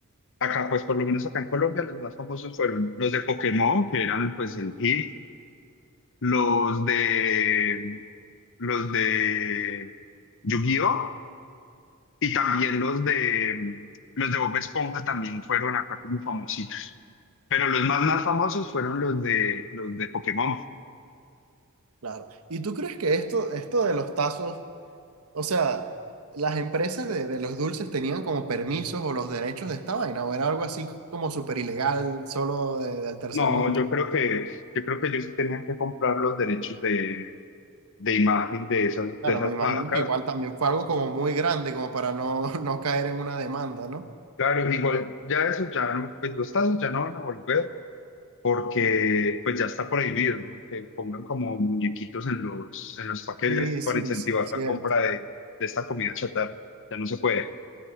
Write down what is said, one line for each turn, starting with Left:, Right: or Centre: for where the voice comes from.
Left: Acá, pues por lo menos acá en Colombia, los más famosos fueron los de Pokémon, que eran pues el hit, los de los de Yu-Gi-Oh! y también los de los de Bob Esponja también fueron acá como famositos. Pero los más más famosos fueron los de los de Pokémon.
Right: Claro. ¿Y tú crees que esto, esto de los tazos, o sea, las empresas de, de los dulces tenían como permisos o los derechos de esta vaina, o era algo así como súper ilegal, solo de- del tercer
Left: No,
Right: mundo?
Left: yo creo que yo creo que yo sí tenía que comprar los derechos de, de imagen de esas
Right: Claro,
Left: de esas
Right: me imagino
Left: marcas.
Right: que igual también fue algo como muy grande, como para no, <laughs> no caer en una demanda, ¿no?
Left: Claro, igual ya eso ya no, pues los tazos ya no van a volver porque pues ya está prohibido, ¿no? Que pongan como muñequitos en los, en los paquetes
Right: Sí, sí,
Left: para incentivar
Right: sí, cierto.
Left: la compra de, de esta comida chatarra. Ya no se puede.